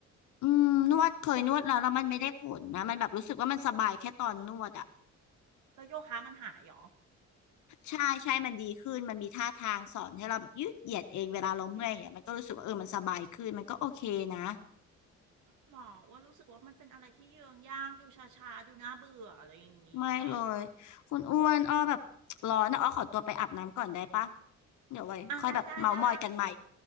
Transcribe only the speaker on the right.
<laughs> แล้วโยคะมันหายเหรอ
หรอว่ารู้สึกว่ามันเป็นอะไรที่เยืองย่างดูชาชาดูน่าเบื่ออะไรอย่างงี้
อ่ะได้ได้ได้